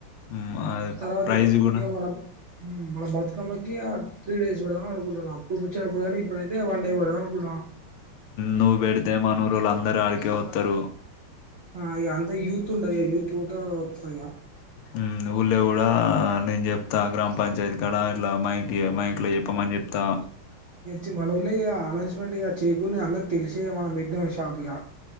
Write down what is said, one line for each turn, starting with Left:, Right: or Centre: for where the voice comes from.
Left: హ్మ్. అది
Right: తర్వాతి
Left: ప్రైస్
Right: ఇగ
Left: కూడా
Right: ఇగ మన మన బతుకమ్మకి ఆ త్రీ డేస్ పెడదాం అనుకు టున్నాం కూర్చునప్పుడు కానీ ఇప్పుడైతే వన్డే పెడదాం ప్పుడ
Left: నువ్ బేడితే మనూరోళ్లందరూ ఆడికేవత్తరు
Right: ఆ ఇగ అంత యూత్ ఉంటదిగా యూత్ తా త్రేయా
Left: మ్మ్ మన ఊళ్లో గూడా నేన్ చెప్తా గ్రామ పంచాయతికాడ ల మైక్ ఇయ్యే మైక్ లో చెప్పమని చెప్ తా
Right: ఎచ్చి మన ఊళ్లో ఇగ అనౌన్స్మెంట్ ఇగ చేయకున్నా అందరికి తెలిసే మనం పెట్టినామని షాప్ ఇగ